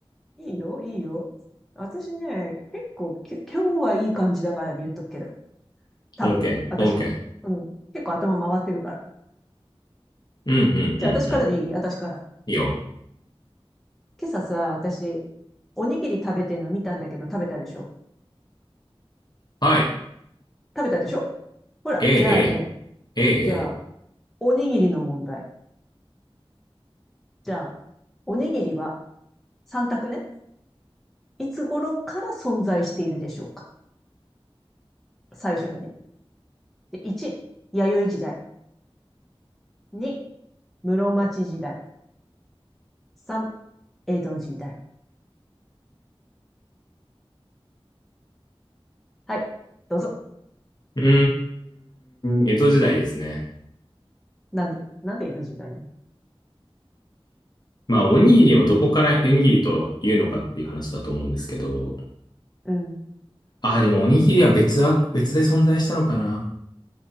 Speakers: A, in the centre; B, on the left.
A: いいよ、いいよ。私ね、結構、き、今日はいい感じだから言っとくけど。多分、
B: OK,
A: 私。
B: OK.
A: うん。結構頭回ってるから。
B: うん、うん、うん、
A: じゃあ私からでいい私から。
B: うん。いいよ。
A: 今朝さ、私、おにぎり食べてんの見たんだけど、食べたでしょ
B: はい。
A: 食べたでしょほら、
B: ええ、
A: じゃあね、
B: ええ、ええ。
A: じゃあ、
B: ええ
A: おにぎりの問題。じゃあ、おにぎりは3択ね。いつ頃から存在しているでしょうか最初にね。で、1、弥生時代。2、室町時代。3、江戸時代。はい。どうぞ。
B: うーん、江戸時代ですね。
A: なんで、なんで江戸時代なの
B: まあ、おにぎりをどこからおにぎりというのかっていう話だと思うんですけど。
A: うん。
B: ああ、でもおにぎりは別は、別で存在したのかな。